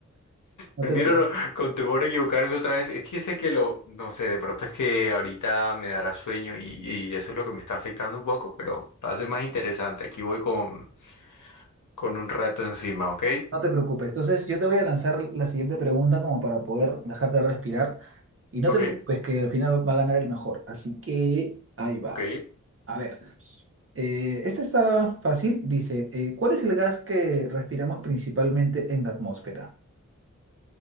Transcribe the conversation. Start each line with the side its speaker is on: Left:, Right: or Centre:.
Right: No
Left: Prefiero
Right: te, pre-
Left: no- con temor a equivocarme otra vez. Es que sé que lo, no sé, de pronto es que ahorita me dará sueño y, y eso es lo que me está afectando un poco, pero lo hace más interesante. Aquí voy con, con un rato encima, ¿ok?
Right: no te preocupes. Entonces, yo te voy a lanzar la siguiente pregunta como para poder dejarte respirar. Y no
Left: Ok,
Right: te preocupes que al final va a ganar el mejor. Así que ahí va.
Left: ok.
Right: A ver. Eh, esta está fácil. Dice, eh, ¿cuál es el gas que respiramos principalmente en la atmósfera?